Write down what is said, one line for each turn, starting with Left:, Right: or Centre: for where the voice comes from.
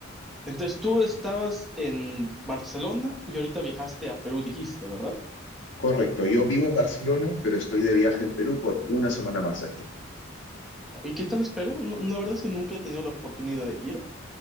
Centre: Entonces tú estabas en Barcelona y ahorita viajaste a Perú, dijiste, ¿verdad?
Left: Correcto, yo vivo en Barcelona, pero estoy de viaje en Perú por una semana más aquí.
Centre: ¿Y qué tal es Perú? No, la verdad es que nunca he tenido la oportunidad de ir,